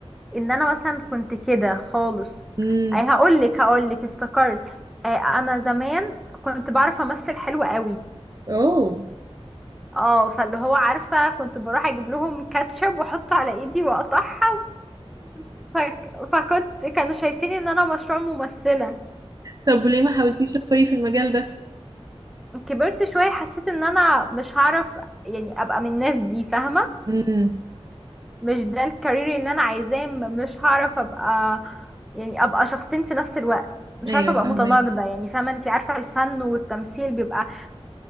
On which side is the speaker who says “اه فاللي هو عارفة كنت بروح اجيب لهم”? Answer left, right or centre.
Centre